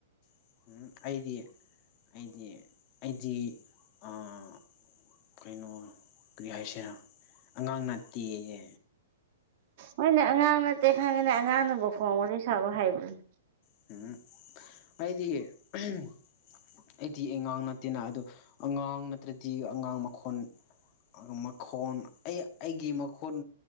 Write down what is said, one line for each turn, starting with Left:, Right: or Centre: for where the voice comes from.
Left: <unintelligible> ꯑꯩꯗꯤ ꯑꯩꯗꯤ ꯑꯩꯗꯤ ꯑꯥ ꯀꯩꯅꯣ ꯀꯔꯤ ꯍꯥꯏꯁꯤꯔ ꯑꯉꯥꯡ ꯅꯠꯇꯤꯌꯦ
Right: ꯍꯣꯏꯅꯦ ꯑꯉꯥꯡ ꯅꯠꯇꯦ ꯈꯪꯉꯦꯅꯦ ꯑꯉꯥꯡꯅꯕꯨ ꯐꯣꯡ ꯋꯥꯔꯤ ꯁꯥꯕ ꯍꯩꯕ꯭ꯔꯅꯦ
Left: <unintelligible> ꯑꯩꯗꯤ <unintelligible> ꯑꯩꯗꯤ ꯑꯉꯥꯡ ꯅꯠꯇꯦꯅ ꯑꯗꯨ ꯑꯉꯥꯡ ꯅꯠꯇ꯭ꯔꯗꯤ ꯑꯉꯥꯡ ꯃꯈꯣꯟ ꯃꯈꯣꯟ ꯑꯩ ꯑꯩꯒꯤ ꯃꯈꯣꯟ